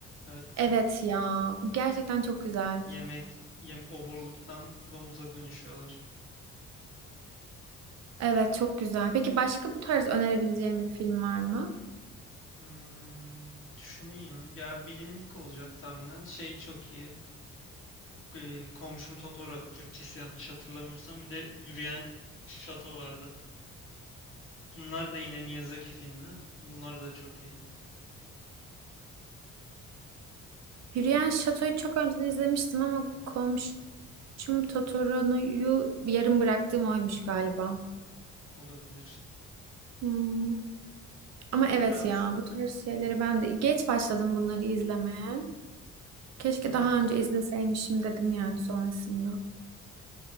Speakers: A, on the left; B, on the right.
A: Evet.
B: Evet ya, bu gerçekten çok güzel.
A: Yemek, yem oburluktan domuza dönüşüyorlar.
B: Evet, çok güzel. Peki başka bu tarz önerebileceğim bir film var mı?
A: Hmm, düşüneyim. Ya bilindik olacak tahminen. Şey çok iyi. Ee, Komşum Totoro Türkçesi yanlış hatırlamıyorsam. Bir de Yürüyen Şato vardı. Bunlar da yine Miyazaki filmi. Bunlar da çok iyi
B: Hürriyet Şato'yu çok önceden izlemiştim ama komşum Totoro'yu yarım bıraktığım oymuş galiba.
A: olabilir.
B: Hmm. Ama evet
A: Biraz
B: ya, bu tarz şeyleri ben de geç başladım bunları izlemeye. Keşke
A: <laughs>
B: daha önce izleseymişim dedim yani sonrasında.